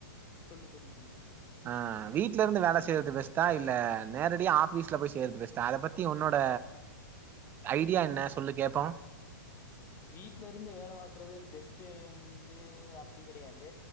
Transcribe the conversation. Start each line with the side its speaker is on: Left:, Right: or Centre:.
Left: சொல்லு சொல்லு சொல்லு
Right: அ வீட்ல இருந்து வேல செய்யிறது பெஸ்ட்டா இல்ல நேரடியா ஆபீஸ்ல போய் செய்யிறது பெஸ்ட்டா அத பத்தி உன்னோட ஐடியா என்ன சொல்லு கேப்போ
Left: வீட்ல இருந்து வேல பாக்குறது பெஸ்ட்டுன் வந்து அப்டி கெடையாது